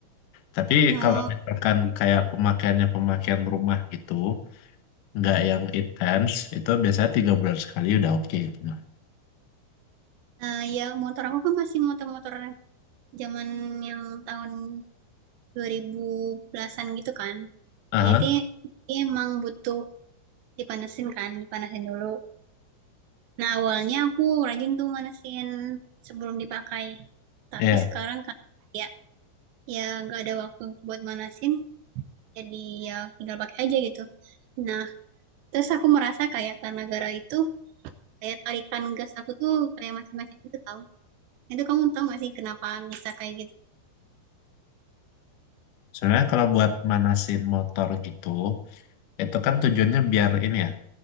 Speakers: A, on the left; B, on the right.
A: Tapi
B: Oh,
A: kalau misalkan kayak pemakaiannya pemakaian rumah gitu, nggak yang intens, itu biasanya tiga bulan sekali udah oke gitu. Nah,
B: nah ya motor aku kan masih motor-motor zaman yang tahun 2010-an gitu kan.
A: Aha,
B: Jadi, jadi emang butuh dipanasin kan, dipanasin dulu. Nah, awalnya aku rajin tuh manasin sebelum dipakai. Tapi
A: ya.
B: sekarang kan ya ya nggak ada waktu buat manasin, jadi ya tinggal pakai aja gitu. Nah, terus aku merasa kayak karena gara itu kayak tarikan gas aku tuh kayak makin-makin gitu tau. Itu kamu tau gak sih kenapa bisa kayak gitu?
A: Sebenarnya kalau buat manasin motor gitu, itu kan tujuannya biar ini ya,